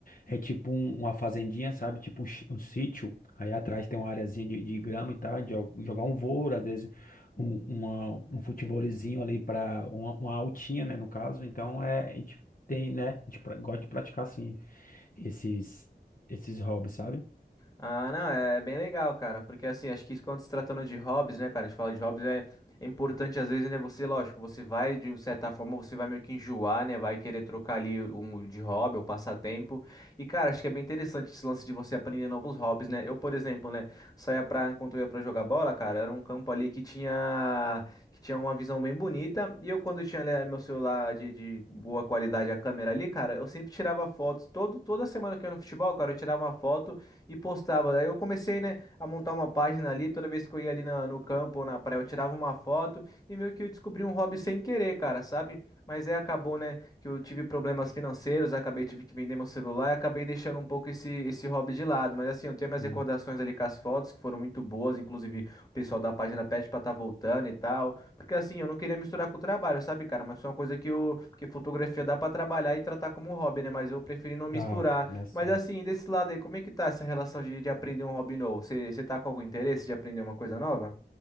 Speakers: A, on the left (about 55°); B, on the left (about 20°).
A: é tipo um- uma fazendinha, sabe? Tipo um, chi- um sítio. Aí atrás tem uma areazinha de, de grama e tal. A gente jo- jogar um vôlei, às vezes um, uma- um futevôleizinho ali para uma, uma altinha, né? No caso, então é, a gente tem, né? A gente pra- gosta de praticar, assim, esses, esses hobbies, sabe?
B: Ah, não, é bem legal, cara, porque assim, acho que isso quando se tratando de hobbies, né, cara, a gente fala de hobbies, é, é importante às vezes, né, você, lógico, você vai, de certa forma, você vai meio que enjoar, né, vai querer trocar ali um de hobby ou passatempo, e cara, acho que é bem interessante esse lance de você aprender novos hobbies, né, eu, por exemplo, né, saía pra, enquanto eu ia pra jogar bola, cara, era um campo ali que tinha, que tinha uma visão bem bonita, e eu quando tinha ali ah, meu celular de, de boa qualidade, a câmera ali, cara, eu sempre tirava fotos, todo, toda semana que eu ia no futebol, cara, eu tirava uma foto, e postava. Daí eu comecei, né, a montar uma página ali, toda vez que eu ia ali na- no campo ou na praia, eu tirava uma foto e meio que eu descobri um hobby sem querer, cara, sabe? Mas aí acabou, né, que eu tive problemas financeiros, acabei tive que vender meu celular e acabei deixando um pouco esse, esse hobby de lado. Mas assim, eu tenho minhas
A: Hum.
B: recordações ali com as fotos, que foram muito boas, inclusive o pessoal da página pede pra estar voltando e tal. Porque assim, eu não queria misturar com o trabalho, sabe, cara? Mas foi uma coisa que eu, que fotografia dá pra trabalhar e tratar como hobby, né? Mas eu preferi não misturar.
A: Ah, nossa.
B: Mas assim, desse lado aí, como é que tá essa relação de, de aprender um hobby novo? Você, você tá com algum interesse de aprender uma coisa nova?